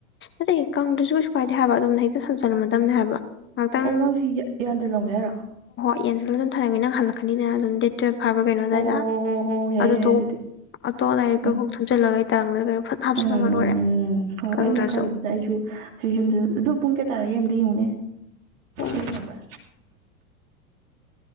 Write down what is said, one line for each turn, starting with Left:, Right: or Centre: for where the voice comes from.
Left: ꯅꯗꯇꯩ ꯀꯪꯗ꯭ꯔꯁꯨ ꯀꯩꯁꯨ ꯀꯥꯏꯗꯦ ꯍꯥꯏꯕ ꯑꯗꯨꯝꯅ ꯍꯦꯛꯇ ꯁꯝꯖꯜꯔꯝꯃꯗꯕꯅꯤ ꯍꯥꯏꯕ ꯉꯥꯛꯇꯪ
Right: ꯑꯣ ꯅꯪ ꯁꯤ ꯌꯥꯟꯁꯤꯜꯂꯝꯒꯦ ꯍꯥꯏꯔ
Left: ꯇ ꯑꯟꯁꯂ ꯑꯗꯨꯝ ꯂꯩꯃꯤ ꯅꯪꯜꯥꯛꯥꯟꯅꯤꯅ ꯑꯗꯨꯝ ꯗꯦ ꯇꯨꯋꯦꯜꯞ ꯐꯕ꯭ꯔ ꯀꯩꯅꯣ
Right: ꯑꯣ
Left: ꯑꯗꯨꯗꯥꯏꯗ
Right: ꯍꯣ ꯍꯣ ꯌꯥꯏꯌꯦ
Left: ꯑꯗꯨꯇꯣ
Right: ꯌꯥꯏꯌꯦ ꯑꯗꯨꯗꯤ
Left: ꯑꯇꯣ ꯑꯗꯥꯏ
Right: ꯎꯝ
Left: ꯀꯀꯣꯛ ꯊꯨꯝꯆꯜꯂꯒ ꯇꯥꯡꯅꯔꯒ ꯐꯠ ꯍꯥꯞꯆꯜꯂꯝꯕ
Right: ꯎꯝ ꯎꯝ
Left: ꯂꯣꯏꯔꯦ
Right: ꯎꯝ ꯎꯝ ꯍꯣꯏ
Left: ꯀꯪꯗ꯭ꯔꯁꯨ
Right: ꯑꯩꯅ ꯈꯜꯂꯤꯁꯤꯅ ꯑꯩꯁꯨ ꯑꯩ ꯄꯨꯡ ꯀꯦ ꯇꯥꯔꯦꯨꯅꯦ
Left: ꯄꯨꯡ
Right: ꯊꯕ